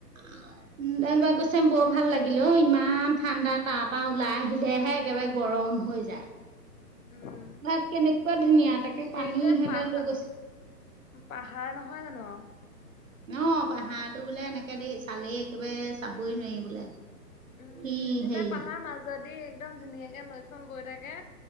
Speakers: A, on the right; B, on the left.
A: <unintelligible> চাই বৰ ভাল লাগে লাকিলে ইমান ঠাণ্ডা তাৰ পৰা ওলাই আহিলেহে একেবাৰে গৰম হৈ যায়
B: উম
A: ভাত কেনেকুৱা ধুনীয়া তাকে
B: সেই
A: পানী
B: যে
A: সদায়
B: পাহাৰ
A: লৈ গৈছে
B: পাহাৰ নহয় জানো
A: অ পাহাৰটো বোলে এনেকে দেই চালেই একেবাৰে চাবই নোৱাৰি বোলে
B: উম
A: কি
B: দুইফালে
A: হেৰি
B: পাহাৰ মাজদি একদম ধুনীয়াকে নৈখন বৈ থাকে।